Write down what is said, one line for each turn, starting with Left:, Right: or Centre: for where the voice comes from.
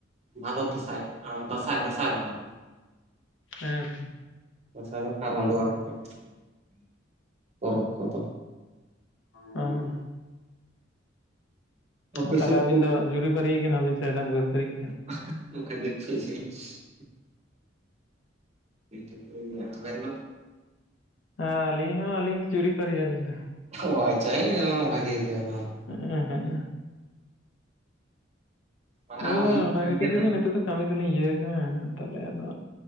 Right: ᱵᱷᱟᱫᱚᱨ ᱫᱟᱥᱟᱭ, ᱫᱟᱥᱟᱭ ᱫᱟᱥᱟᱭ ᱵᱚᱸᱜᱟ᱾
Left: ᱦᱮᱸ,
Right: ᱫᱟᱥᱟᱭ ᱵᱚᱸᱜᱟ ᱟᱨᱟᱢ ᱵᱚᱜ-ᱟ, ᱯᱚᱨᱚᱵᱽ ᱠᱚᱫᱚ᱾
Left: ᱩᱸ
Right: ᱟᱯᱮ
Left: ᱟ ᱛᱟᱦᱚᱞᱮ
Right: ᱥᱮᱫ
Left: ᱟᱹᱵᱤᱱ ᱫᱚ ᱡᱩᱨᱤ-ᱯᱟᱹᱨᱤ ᱠᱟᱱᱟ ᱵᱤᱱ ᱥᱮ ᱰᱟᱸᱜᱩᱣᱟᱹ ᱛᱮᱜᱮ᱾
Right: <unintelligible> ᱤᱧ ᱰᱟᱹᱜᱟᱹᱭ ᱜᱮᱭᱟ ᱟᱵᱮᱱ ᱫᱚ?
Left: ᱦᱮᱸ ᱟᱹᱞᱤᱧ ᱦᱚᱸ ᱟᱹᱞᱤᱧ ᱫᱚ ᱡᱩᱨᱤᱯᱟᱹᱨᱤ ᱟᱹᱞᱤᱧ ᱫᱚ᱾
Right: ᱦᱚ ᱟᱪᱷᱟ ᱤᱧ ᱵᱷᱟᱜᱤ ᱜᱮ ᱚᱱᱟ ᱦᱚᱸ
Left: ᱦᱮᱸᱦᱮᱸ
Right: ᱯᱟᱲᱦᱟᱣ
Left: ᱦᱮᱸ
Right: ᱦᱩᱭᱩᱜ
Left: ᱚᱱᱟ
Right: ᱠᱟᱱ
Left: ᱠᱷᱟᱹᱛᱤᱨ
Right: ᱜᱮᱭᱟ
Left: ᱜᱮᱛᱚ
Right: ᱱᱟᱜ
Left: ᱱᱤᱛᱚᱜ ᱫᱚ ᱠᱟᱹᱢᱤ ᱫᱚᱞᱤᱧ ᱤᱭᱟᱹ ᱠᱟᱱᱟ ᱛᱟᱦᱚᱞᱮ ᱟᱫᱚᱼᱼ